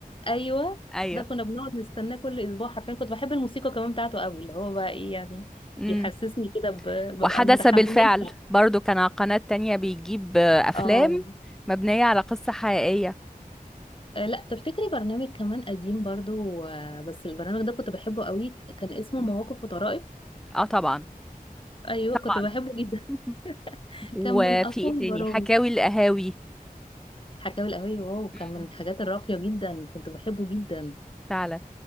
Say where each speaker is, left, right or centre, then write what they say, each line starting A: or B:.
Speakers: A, on the left; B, in the centre.
A: أيوه
B: ايوه
A: ده كنا بنقعد نستناه كل أسبوع حرفيا كنت بحب الموسيقى كمان بتاعته قوي اللي هو بقى إيه يعني
B: مم.
A: بيحسسني كده ب... ببقى
B: وحدث
A: متحمسة
B: بالفعل برضو كان على قناة تانية بيجيب آه، أفلام
A: اه
B: مبنية على قصة حقيقية
A: آه، لا تفتكري برنامج كمان قديم برضو آه، بس البرنامج ده كنت بحبه قوي كان اسمه
B: م.
A: مواقف وطرائف
B: اه طبعا
A: ايوه
B: طبعا
A: كنت بحبه جدا
B: <laughs>
A: <laughs>
B: وفي
A: كان من اقوى
B: ايه تاني
A: البرامج
B: حكاوي القهاوي
A: حكاوي القهوية واو كان
B: مم.
A: من الحاجات الراقية جدا كنت بحبه جدا
B: فعلا